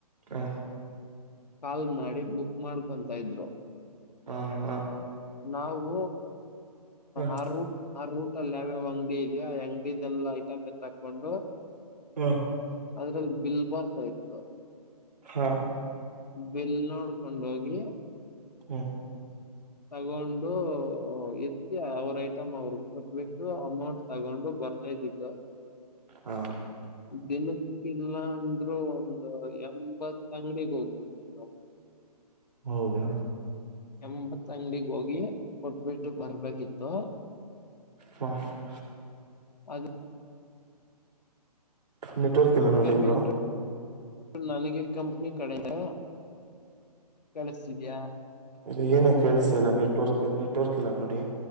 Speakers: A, on the right (about 80°); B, on the left (about 85°).
A: ಹ
B: ಕಾಲ್ ಮಾಡಿ ಬುಕ್ ಮಾಡ್ಕೊಂತ ಇದ್ರು
A: ಹಾ ಹಾ
B: ನಾವು
A: ಹ
B: ಆ ರೂಟ್ ಆ ರೂಟ್ ಅಲ್ಲಿಾವ ಅಂಗಡಿಗೆ ಇದ <unintelligible> ಐಟಮ್ ತಕೊಂಡು
A: ಹ್ಮ
B: ಅದ್ರಲ್ಲಿ ಬಿಲ್ ಬರ್ತಾ ಇತ್ತು
A: ಹಾ
B: ಬೆಲ್ ನೋಡ್ಕೊಂಡ ಹೋಗಿ
A: ಹ್ಮ್
B: ತಗೊಂಡು ಎತ್ತಿ ಅವ್ರ ಐಟಮ್ ಅವ್ರ ಕೊಟ್ಬಿಟ್ಟು ಅಮೌಂಟ್ ತಗೊಂಡು ಬರ್ತಾ ಇದ್ದಿದ್ದು
A: ಹಾ
B: ದಿನಕ್ಕಲ್ಲ ಅಂದ್ರರು ಒಂದು ಎಂಬತ್ ಅಂಗಡಿಿಗೆ ಹೋಗ್ಬೇಕು ನಾವು
A: ಹೌದಾ
B: ಎಂಬತ್ ಅಂಗಡಿಿಗೆ ಹೋಗಿ ಕೊಟ್ಬಿಟ್ಟು ಬರ್ಬೇಕಿತ್ತು
A: <unintelligible>
B: ಅದು
A: ನೆಟ್ವರ್ಕ್ ಇಲ್ಲ ನೋಡಿ
B: ಪೇಮೆಂಟ್
A: ಬ್ರೋ
B: ನನಗೆ ಕಂಪನಿ ಕಡೆ ನೂ ಕಿಸತಿದಯಾ
A: ರಿ ಏನ ಕೇಳಸ ಇಲ್ಲ ನೆಟ್ವರ್ಕ್ ನೆಟ್ವರ್ಕ್ ಇಲ್ಲ ನೋಡಿ